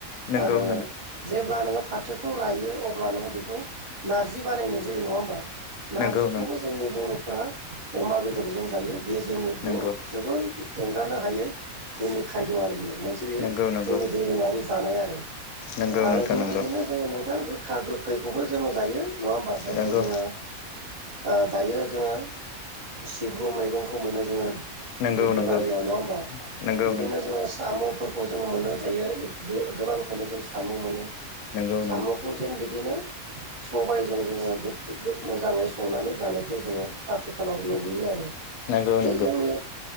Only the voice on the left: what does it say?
नंगौ
नंगौ
नंगौ नंगौ
नंगौ
नंगौ नंगौ
नंगौ
नोंथां
नंगौ
नंगौ
नंगौ
नंगौ
नंगौ
नंगौ
नंगौ नंगौ
नंगौ
नंगौ।